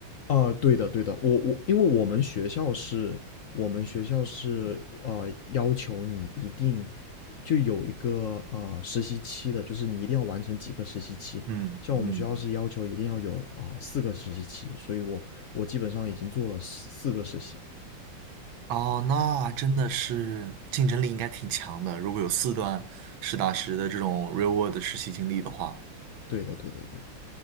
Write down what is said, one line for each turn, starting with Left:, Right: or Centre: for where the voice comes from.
Left: 啊、对的，对的，我我因为我们学校是，我们学校是呃要求你一定就有一个呃实习期的，就是你一定要完成几个实习期。
Right: 嗯嗯，
Left: 像我们学校是要求一定要有啊、四个实习期，所以我我基本上已经做了四四个实习了。
Right: 哦，那真的是竞争力应该挺强的。如果有四段实打实的这种 real world 的实习经历的话，
Left: 对的，对的，对的。